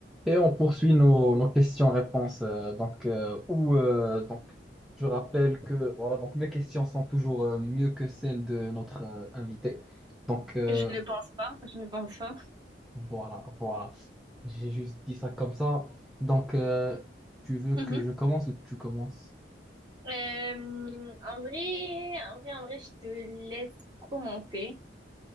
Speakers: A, in the centre; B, on the right.
A: Et on poursuit nos, nos questions-réponses. euh, donc, euh, où, euh, donc, je rappelle que voilà, donc mes questions sont toujours euh, mieux que celles de notre euh, invité. Donc, euh,
B: Je ne pense pas, je ne pense pas.
A: voilà, voilà. J'ai juste dit ça comme ça. Donc, euh, tu veux
B: Mhm.
A: que je commence ou tu commences?
B: Euh, en vrai, en vrai, en vrai, je te laisse commencer.